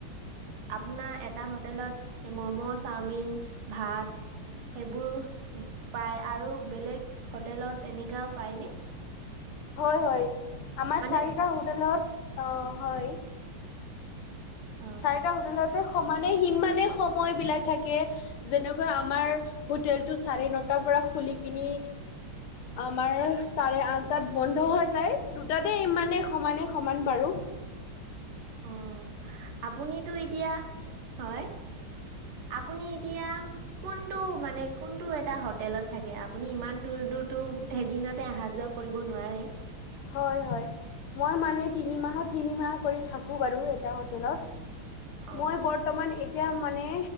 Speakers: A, on the right (about 85°); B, on the left (about 80°).
A: আপোনাৰ এটা হোটেলত ম'ম' চাওমিন ভাত সেইবোৰ পায় আৰু বেলেগ হোটেলত এনেককাাও পায়নে
B: হয় হয় আমাৰ
A: মানে
B: চাৰিটা হোটেলত অ হয়
A: অ
B: চাৰিটা হোটেলতে সমানে সিমানে সময় বিলাক থাকে যেনেকৈ আমাৰ হোটেল টো চাৰে নটাৰ পৰা খুলি কিনি আমাৰ চাৰে আঠটাত বন্ধ হৈ যায় দুটাতে ইমানে সমানে সমান বাৰু
A: অ আপুনিতো এতিয়া হয় আপুনি এতিয়া কোনটো মানে কোনটো এটা হোটেলত থাকে আপুনি ইমান দূৰ দূৰটোো এেইদিনতে অহা যোৱা কৰিব নোৱাৰে
B: হয় হয় মই মানে তিনি মাহত তিনিমাহ কৰি থাকো বাৰু এটা হোটেলত
A: অ',
B: মই বৰ্তমান এ এতিয়া মানে